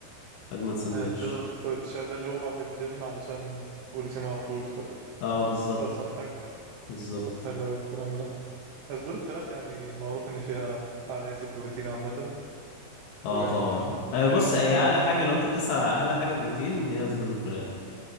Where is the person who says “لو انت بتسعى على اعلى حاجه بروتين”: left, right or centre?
Left